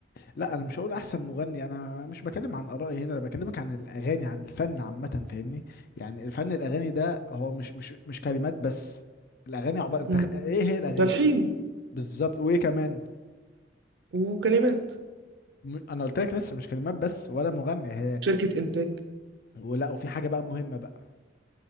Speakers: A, on the left; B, on the right.
A: لا أنا مش هقول أحسن مغني أنا مش بكلم عن آرائي هنا أنا بكلمك عن الأغاني عن الفن عامة فاهمني يعني الفن الأغاني ده هو مش مش مش كلمات بس الأغاني عبارة أنت
B: مم.
A: خ- إيه هي الأغاني
B: وتلحين
A: يعني بالظبط وإيه كمان
B: وكلمات
A: م- أنا قلت لك لسه مش كلمات بس ولا مغني هي
B: شركه انتاج
A: ولا وفي حاجة بقى مهمة بقى